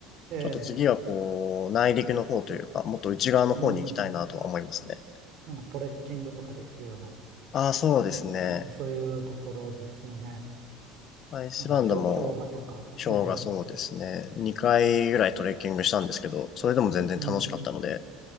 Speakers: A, on the right (about 60°); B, on the left (about 45°).
A: ええ、
B: ちょっと次はこう、内陸の方というか、もっと内側の方に行きたいなとは思いますね。
A: うん、なんかトレッキングとかできるような、
B: ああ、そうですね。
A: うんそういうところですよね。
B: アイスランドも、
A: あの、氷、氷河とか、
B: ショーがそうですね。
A: ええ、
B: 2回ぐらいトレッキングしたんですけど、それでも全然楽しかったので、
A: うん、